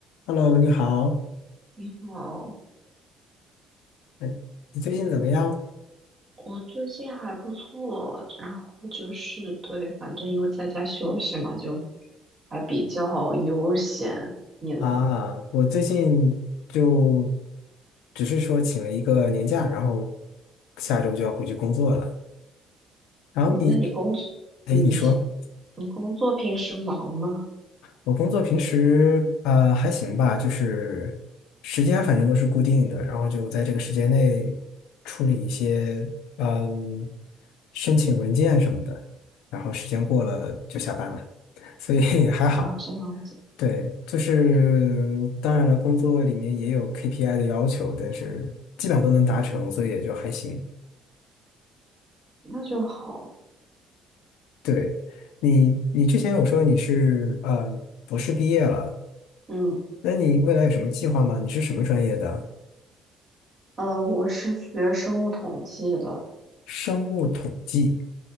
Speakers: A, on the left; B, on the right.
A: Hello，你好，
B: 你好，
A: 哎，你最近怎么样
B: 我最近还不错，然后就是对，反正因为在家休息嘛，就还比较悠闲。你呢？
A: 啊？我最近就只是说请了一个年假，然后下周就要回去工作了。然后你，
B: 嗯，那你工作，
A: 哎，
B: 你现
A: 你说
B: 你工作平时忙吗？
A: 我工作平时呃还行吧，就是时间反正都是固定的，然后就在这个时间内处理一些嗯申请文件什么的，然后时间过了就下班了，所以还好。
B: 啊，这样子，
A: 对，就是当然了，工作里面也有 KPI 的要求，但是基本上都能达成，所以也就还行。
B: 那就好。
A: 对，你，你之前有说你是呃博士毕业了，
B: 嗯，
A: 那你未来有什么计划吗？你是什么专业的？
B: 呃，我是学生物统计的，
A: 生物统计，